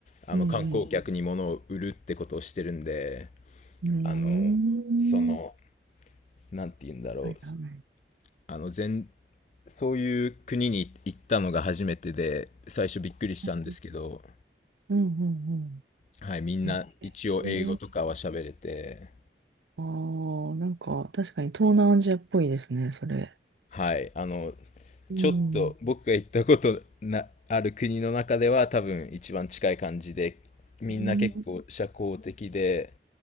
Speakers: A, on the left; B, on the right.
A: あの、
B: うん、
A: 観光客に物を売るってことをしてるんで、
B: うん。うーん。
A: あの、その、なんて言うんだろう、
B: はいはい。
A: あの、全、そういう国に行ったのが初めてで、最初びっくりしたんですけど、
B: うん、うん、うん。
A: はい、みんな一応英語とかは喋れて、
B: えー、あー、なんか確かに東南アジアっぽいですね、それ。
A: はい。あの、
B: うん。
A: ちょっと僕が行ったことな、ある国の中では多分一番近い感じで、みんな結構社交的で、
B: うん